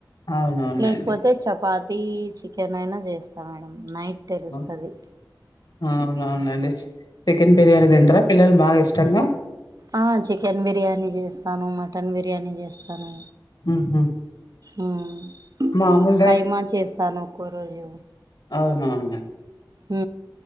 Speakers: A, on the left; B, on the right.
A: అవునవునండి
B: లేకపోతే చపా తి చికెన్ అయినా చేస్తా మేడం నైట్ తెలుస్తది.
A: ఆ, అవునవునండి చికెన్ బిర్యానీ థింటరా పిల్లలు బాగా ఇష్టంగా
B: ఆ చికెన్ బిర్యానీ చేస్తాను, మటన్ బిర్యానీ చేస్తాను.
A: మ్హూ.
B: మ్
A: మామూలు
B: కైమా చేస్తాను ఒక్కో రోజు
A: అవునవున
B: ఊ